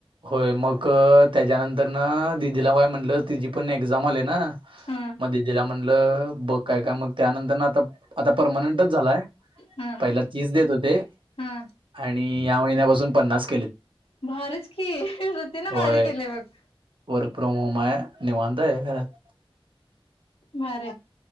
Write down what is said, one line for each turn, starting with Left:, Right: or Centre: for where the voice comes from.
Right: होय मग त्याच्यानंतर ना दिदीला काय म्हटलं तिची पण एक्झाम आली ना
Left: हं
Right: मध्ये जला म्हणलं बघय का मग त्यानंतर आता परमनंटच झालाय
Left: हा
Right: पहिला तीस देत होते
Left: हा
Right: आणि या महिन्यापासून पन्नास केलेत
Left: भारीच की शृती ना
Right: होय
Left: भारी केलेय मग
Right: वर्क फ्रॉम होम आहे निवाांता आहे घरात
Left: बर